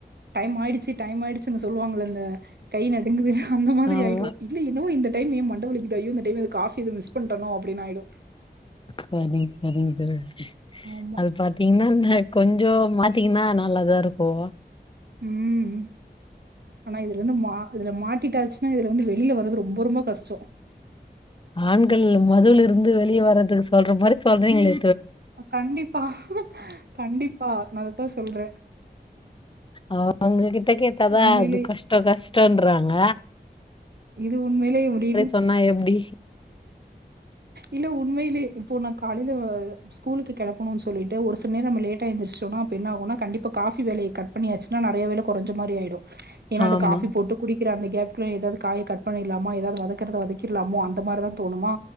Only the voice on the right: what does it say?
டைம் ஆய்டுச்சு டைம் ஆய்டுச்சுன்னு சொல்லுவாங்கலங்க கை நடுங்குது அந்த மாதிரி
ஆய்டு இல்ல என்னமோ இந்த டைம் ஏ மண்ட வலிக்குது ஐயோ இந்த டைம் எதோ காஃபி எதோ மிஸ் பண்ட்ணோ அப்டின் ஆய்டு
ஆமா
ம் ஆனா இது இது வந்து மா இதுல மாட்டிட்டாச்சுன்னா இதுல வந்து வெளில வர்றது ரொம்ப ரொம்ப கஷ்டோ
கண்டிப்பா கண்டிப்பா நா அத தா சொல்றே
உண்மையிலே
இது உண்மயிலே முடிவே
இல்ல உண்மயிலே இப்போ நா காலைல ஸ்கூல்க்கு கெளப்பணுன் சொல்லிட்டு ஒரு சில நேரோ நம்ம லேட்டா எந்துருச்சுட்டோனா அப்ப என்ன ஆகுனா கண்டிப்பா காஃபி வேலய கட் பண்ணியாச்சுன்னா நறைய வேல கொறஞ்ச மாரி ஆயிடு ஏனா அந்த
காஃபி போட்டு குடிக்கிற அந்த கேப்குள்ள எதாவ்து காய கட் பண்ணிர்லாமா எதாவ்து வதக்குறத வதக்கிற்லாமோ அந்த மார்தா தோணுமா